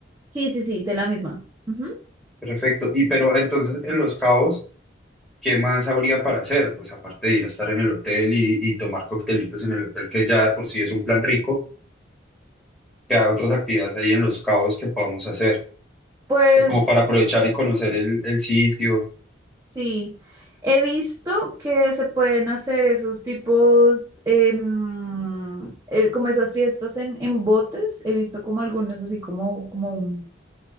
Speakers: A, on the right; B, in the centre.
A: Sí, sí, sí, de la misma. Ujú.
B: Perfecto. Y pero entonces en Los Cabos, ¿qué más habría para hacer? Pues aparte de ir a estar en el hotel y, y tomar coctelitos en el hotel, que ya de por sí es un plan rico, que hay otras actividades ahí en Los Cabos que podamos hacer.
A: Pues
B: es como para aprovechar y conocer el, el sitio.
A: Sí, he visto que se pueden hacer esos tipos, em, eh, como esas fiestas en, en botes. He visto como algunos así como, como un,